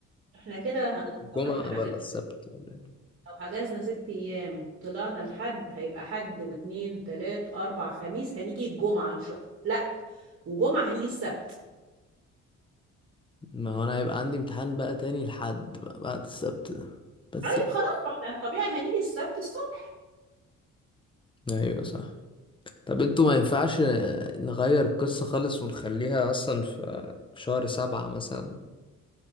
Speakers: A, on the right; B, on the left.
A: احنا كده ه-
B: الجمعة
A: لو احنا
B: ولا
A: حجزنا
B: السبت ولا إيه؟
A: لو حجزنا ست ايام طلعنا الحد هيبقى حد واتنين تلات اربع خميس هنيجي الجمعة ان شاء الله لا وجمعة هنيجي السبت
B: ما هو انا هيبقى عندي امتحان بقى تاني لحد بقى بعد السبت ده بس
A: طيب خلاص ما احنا طبيعي هنيجي السبت الصبح
B: ايوه صح طب انتوا ما ينفعش نغير القصة خالص ونخليها اصلا في في شهر سبعة مثلا